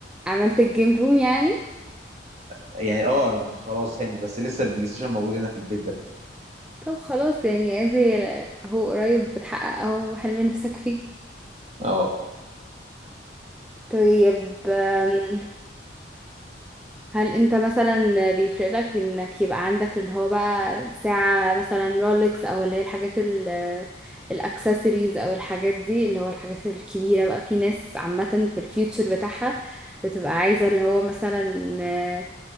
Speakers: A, in the centre; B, on the right (about 35°).
A: عملت الجيم روم يعني
B: يعني اه خلاص هانت بس لسه البلاي ستيشن موجود هنا في البيت ده
A: طب خلاص يعني ادي هو قريب بتحقق اهو حلم نفسك فيه
B: اه
A: طيب أم، هل انت مثلا بيفرق لك انك يبقى عندك اللي هو بقى ساعة مثلا رولكس او اللي هي الحاجات ال الاكسسوارز او الحاجات دي اللي هو الحاجات الكبيرة بقى في ناس عامة في الفيوتشر بتاعها بتبقى عايزة اللي هو مثلا آه،